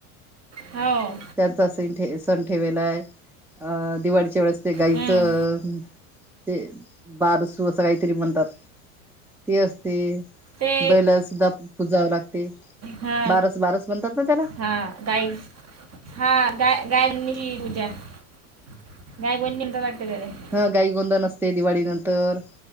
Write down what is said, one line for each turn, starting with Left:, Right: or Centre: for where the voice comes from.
Right: हाव!
Centre: त्यांचा सनं ठे सण ठेवेला आहे आ दिवाळीच्या वेळेस ते गाईचं.
Right: हम्म
Centre: ते बारसू असं काहीतरी म्हणतात ते असते.
Right: ते
Centre: बैला सुद्धा पुजावं लागते.
Right: हा
Centre: बारस बारस म्हणतात ना त्याला
Right: हा गाई. हा गा गाय <unintelligible>
Centre: ह गाई गोंंदन असते दिवाळी नंतर.